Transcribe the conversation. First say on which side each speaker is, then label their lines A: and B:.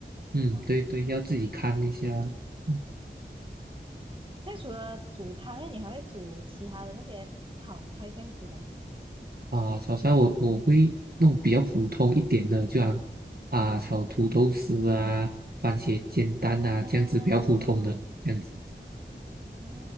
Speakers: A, on the right (about 55°); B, on the right (about 30°).
A: 嗯，
B: 哦，
A: 对对，要自己看一下。嗯
B: 这样除了煮汤，哎，你还会煮其他的那些炒菜这样子的吗？
A: 啊，炒菜我我会弄比较普通一点的，就像啊炒土豆丝啊、番茄煎蛋啊这样子比较普通的这样子。
B: 啊，哦